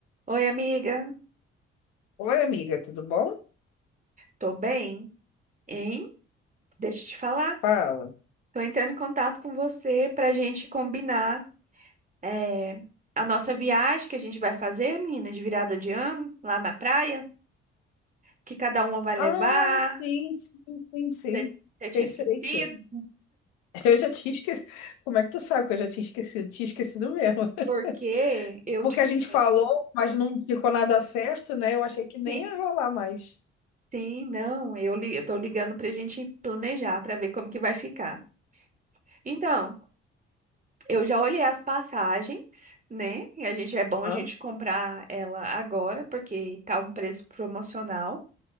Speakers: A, on the right; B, on the left.
A: Oi, amiga.
B: Oi, amiga, tudo bom?
A: Tô bem, hein? Deixa eu te falar.
B: Fala.
A: Tô entrando em contato com você pra gente combinar eh, a nossa viagem que a gente vai fazer, menina, de virada de ano, lá na praia, que cada uma vai levar.
B: Ah, sim, sim, sim, sim.
A: Você você tinha
B: Perfeito.
A: esquecido?
B: <laughs> Eu já tinha esquecido. Como é que tu sabe que eu já tinha esquecido? Tinha esquecido mesmo. <laughs>
A: Porque eu
B: Porque
A: te
B: a
A: conheço.
B: gente falou, mas não ficou nada certo, né? Eu achei que nem
A: Sim,
B: ia rolar mais.
A: sim, não. Eu, li- eu tô ligando pra gente planejar, pra ver como que vai ficar. Então. Eu já olhei as passagens, né? E a gente é bom
B: Hã?
A: a gente comprar ela agora, porque tá um preço promocional.